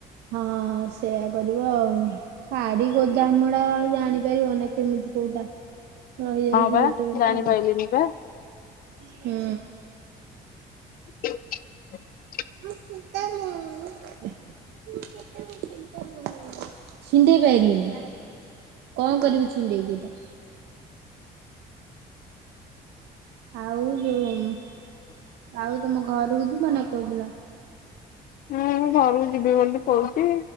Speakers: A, on the right (about 80°); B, on the left (about 55°).
A: ହଁ ସେଇୟା କରିବ ଆଉ ଶାଢ଼ୀ ଗୋଦାମଡା ରଇଯା ଆଣି ପାରିବ ନାଇଁ କେମିତି କୋଉଟା ରହିଯାଉଛି
B: ହଁ ବା
A: ଗୋଟେ ଗୋଟେ
B: ଜାଣିପାରିଲିିନି
A: ଆଉ
B: ବା
A: ହୁଁ
B: <unintelligible>
A: ମୁଁ କେତ ନ ମୁଁ <unintelligible> <inaudible> ଛିଣ୍ଡେଇ ପାରିଲୁନି ନା ପୀ କଣ କରିବୁ ଛିଣ୍ଡେଇକି ଏଟା ଆଉ ଯୋଉ ଆଉ ତମ ଘରକୁ ଯିବ ନା କୋଉଦିନ
B: ହୁଁ ଘରକୁ ଯିବି ବୋଲି କହୁଛି